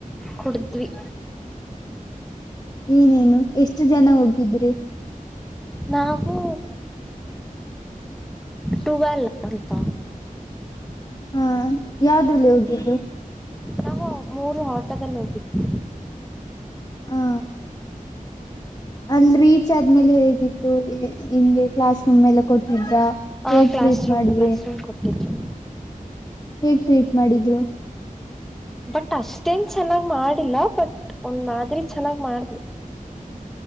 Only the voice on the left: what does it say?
ಏನೇನು ಎಷ್ಟು ಜನ ಹೋಗಿದ್ರಿ
ಹ ಯಾವದ್ರಲ್ಲಿ ಹೋಗಿದ್ರು
ಹಾ ಅಲ್ ರೀಚ್ ಆದ್ಮೇಲೆ ಹೇಗಿತ್ತು ಹಿಂಗೆ ಕ್ಲಾಸ್ ರೂಮ್ ಮಲ್ಲ ಕೊಟ್ಟಿದ್ರ
ಹೇಗ್
ಟ್ರೀಟ್
ಮಾಡಿದ್ರಿ
ಹೇಗ್ ಟ್ರೀಟ್ ಮಾಡಿದ್ರು